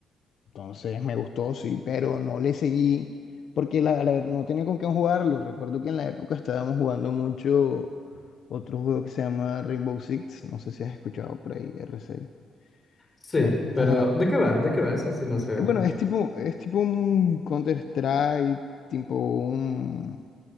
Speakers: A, on the left (about 65°); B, on the left (about 30°).
A: Entonces me gustó, sí, pero no le seguí porque la, la ver- no tenía con quién jugarlo. Recuerdo que en la época estábamos jugando mucho otro juego que se llama Rainbow Six. No sé si has escuchado por ahí, R6.
B: Sí,
A: La-
B: pero
A: ajá.
B: ¿de qué va? ¿De qué va? Ese sí no se ve
A: Eh, Bueno,
B: mucho.
A: es tipo, es tipo un Counter-Strike, tipo un,